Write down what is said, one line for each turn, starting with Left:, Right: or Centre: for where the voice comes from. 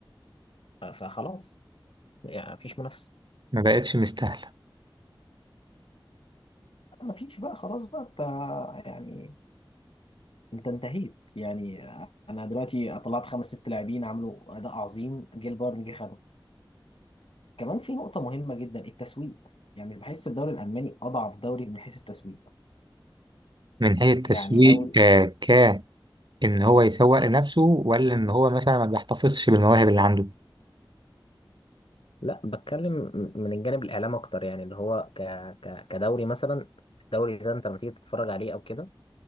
Left: ف- فخلاص يعني مفيش منافسه
Right: ما بقتش مستاهله
Left: مفيش بقى خلاص بقى انت يعني انت انتهيت يعني انا دلوقتي طلعت خمس ست لاعبين عملوا اداء عظيم جه البايرن جه خدهم كمان في نقطة مهمة جدا التسويق يعني بحس الدوري الألماني أضعف دوري من حيث التسويق
Right: من حيث التسويق
Left: يعني دوري
Right: آه، ان هو يسوق لنفسه ولا ان هو مثلا ما بيحتفظش بالمواهب اللي عنده
Left: لا بتكلم م- من الجانب الاعلام اكتر يعني اللي هو ك... ك... كدوري مثلا الدوري ده انت لما تيجي تتفرج عليه او كده